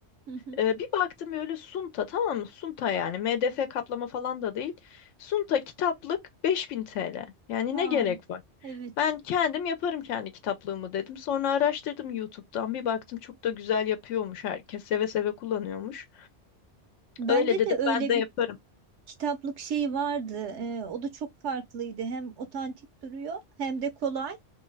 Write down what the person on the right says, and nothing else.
Hı hı.
Aa,
evet.
Bende
de öyle
bir
kitaplık şeyi vardı. Ee, o da çok farklıydı. Hem otantik duruyor hem de kolay.